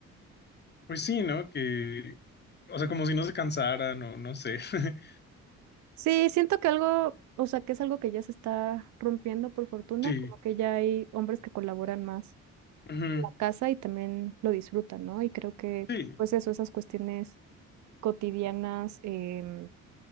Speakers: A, on the left; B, on the right.
A: pues sí, ¿no? Que, o sea, como si no se cansaran o no sé. <laughs>
B: Sí, siento que algo, o sea, que es algo que ya se está rompiendo por fortuna,
A: Sí,
B: como que ya hay hombres que colaboran más
A: ujú,
B: en la casa y también lo disfrutan, ¿no? Y creo que,
A: Sí,
B: pues eso, esas cuestiones cotidianas, em,